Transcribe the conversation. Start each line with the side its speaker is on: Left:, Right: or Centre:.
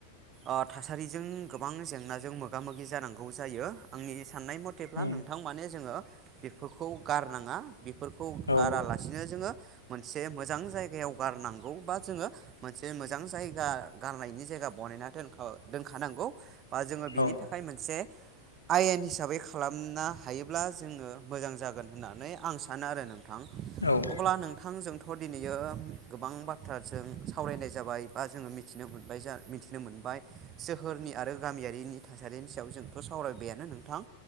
Right: ओ थासारिजों गोबां जेंनाजों मोगा मोगि जानांगौ जायो आंनि साननाय मथ थेब्ला
Left: उम
Right: नोंथां माने जोङो बेफोरखौ गारनाङा बेफोरखौ
Left: औ
Right: गारालासिनो जोङो मोनसे मोजां जायगायाव गारनांगौ बा जोङो मोनसे मोजां जायगा गारनायनि जायगा बनायना दोनख दोनखानांगौ। बा जोङो बेनि
Left: औ
Right: थाखाय मोनसे आयेन हिसाबै खालामना हायोब्ला जोङो मोजां जागोन होननानै आं सा सानो आरो नोंथां।
Left: औ।
Right: अब्ला नोंथां जोंथ' दिनैयो गोबां बाथ्रा जों सावरायनाय जाबाय बा जोङो मिथ थिनो मोनबाय जा मिथिनो मोनबाय सोहोरनि आरो गामियारिनि थासारिनि सायाव जोंथ' सावरायबायानो नोंथां